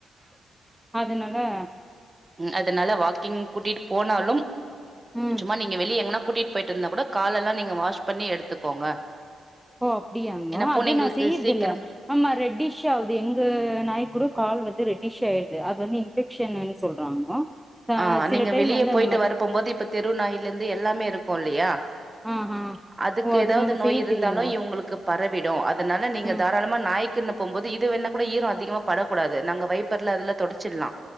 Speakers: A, in the centre; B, on the right (about 25°).
A: அதுனால
B: ம் அதுனால வாக்கிங் கூட்டிட்டு போனாலும்
A: ம்
B: சும்மா நீங்க வெளிய எங்கனாப் கூட்டிட்டு போயிட்டு இருந்தா கூட காலெல்லா நீங்க வாஷ் பண்ணி எடுத்துக்கோங்க
A: ஓ அப்புடியாங்கோ
B: ஏன்னா பூனைங்களுக்கு
A: அது நா செய்யிறதில்ல
B: சீக்கிரம்
A: ஆமா ரெட்டிஷ் ஆவுது எங்க நாய் கூட கால் வருது ரெட்டிஷாயிரு து அது வந்து இன்பெக்ஷன்னு சொல்றாங்கோ
B: ஆ
A: சில
B: நீங்க
A: டைம்
B: வெளியே
A: வந்து அந்த
B: போயிட்டு
A: மாரி
B: வரப்போம் போது இப்ப தெரு நாய்லெருந்து எல்லாமே இருக்கும் இல்லையா
A: ஆ ஆ
B: அதுக்கு
A: ஓ அது
B: ஏதாவது
A: நாங்க
B: நோய்
A: செய்யறது
B: இருந்தாலும்
A: இல்லைங்கோ
B: இவங்களுக்கு பரவிடும் அதனால நீங்க
A: ம்
B: தாராளமா நாயிக் தின்ன போம்போது இது வேணா கூட ஈரம் அதிகமா படக்கூடாது நாங்க வைப்பர்ல அதுல தொடச்சிட்லா